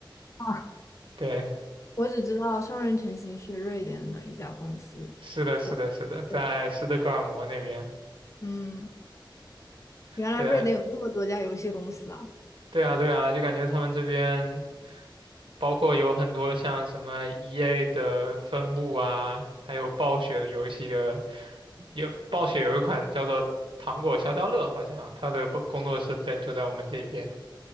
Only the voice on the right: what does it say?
<laughs> 对，
是的，是的，
是的，在斯德哥尔摩那边。
对啊，对啊，对啊，就感觉他们这边。包括有很多像什么 EA 的分部啊，还有暴雪的游戏的，有暴雪有一款叫做《糖果消消乐》，好像它的工工作室在就在我们这边。